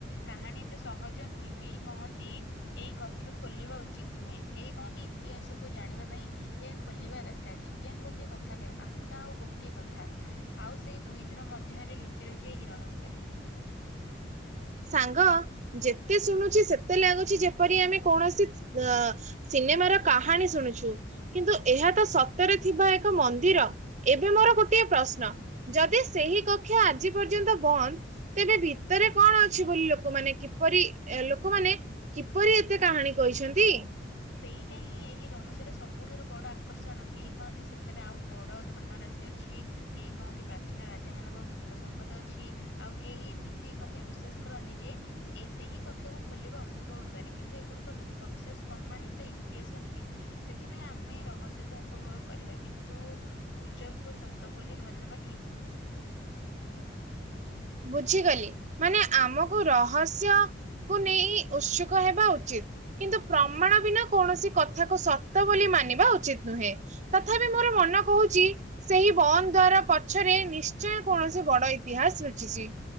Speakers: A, on the left (about 70°); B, on the right (about 40°).
A: କାହାଣୀ ଏତେ ସହଜ ନୁହେଁ କେହି କଣ କହନ୍ତି ଏଇ କକ୍ଷ ଖୋଲିବା ଉଚିତ ନୁହେଁ କେହି କହନ୍ତି ଇତିହାସକୁ ଜାଣିବା ପାଇଁ ଏହା ଖ ଖୋଲିବା ଦରକାର ବିଜ୍ଞାନ ଗୋଟିଏ କଥା କହେ ଆସ୍ଥା ଆଉ ଗୋଟିଏ କଥା ଆଉ ସେଇ ଦୁଇଟିର ମ ମଧ୍ୟରେ ଲୁଚି ରହିଚି ଏହି ରହସ୍ୟ।
B: ସାଙ୍ଗ ଯେତେ ଶୁଣୁଚି ସେତେ ଲାଗୁଚି ଯେପରି ଆମେ କୌଣସି ଅ ସେ ସିନେମାର କାହାଣୀ ଶୁଣୁଛୁ କିନ୍ତୁ ଏହା ତ ସତରେ ଥିବା ଏକ ମନ୍ଦିର, ଏବେ ମୋର ଗୋଟିଏ ପ୍ରଶ୍ନ ଯଦି ସେହି କକ୍ଷ ଆଜି ପର୍ଯ୍ୟନ୍ତ ବନ୍ଦ ତେବେ ଭିତରେ କଣ ଅ ଅଛି ବୋଲି ଲୋକମାନେ କିପରି ଲୋକମାନେ କିପରି ଏତେ କାହାଣୀ କହିଛନ୍ତି।
A: ସେଇଟା ହିଁ ଏହି ରହସ୍ୟର ସବୁଠାରୁ ବଡ ଆକର୍ଷଣ କେହି କହନ୍ତି ସେଠାରେ ଆଉ ବଡ ଧନ ରା ଅଛି କେହି କହନ୍ତି ପ୍ରାଚୀନ ରାଜା ମାନଙ୍କ ଗୁପ୍ତ ସମ୍ପଦ ଅଛି, ଆଉ କେହି ଏମିତି ମଧ୍ୟ ବିଶ୍ୱାସ କରନ୍ତି ଯେ ଏ ସେହି କକ୍ଷକୁ ଖୋଲିବା ଅଶୁଭ ହୋଇପାରେ କିନ୍ତୁ ଏଗୁଡିକ ଲୋକ ବିଶେଷ ପ୍ରମାଣିତ ଇତିହାସ ନୁହେଁ ସେଥିପାଇଁ ଆମେ ରହସ୍ୟକୁ ଉପଭୋଗ କରିବା କିନ୍ତୁ ଗୁଜବକୁ ସତ ବୋଲି ଧରି ନେବା ଠିକ୍ ନୁହେଁ।
B: ବୁଝିଗଲି ମାନେ ଆମକୁ ରହସ୍ୟ କୁ ନେଇ ଉତ୍ସୁକ ହେବା ଉଚିତ, କିନ୍ତୁ ପ୍ରମାଣ ବିନା କୌଣସି କଥାକୁ ସତ ବୋଲି ମାନିବା ଉଚିତ ନୁହେଁ, ତଥାପି ମୋର ମନ କହୁଛି ସେହି ବନ୍ଦ ଦ୍ଵାରା ପଛରେ ନିଶ୍ଚ ନିଶ୍ଚୟ କୌଣସି ବଡ ଇତିହାସ ଅଛି।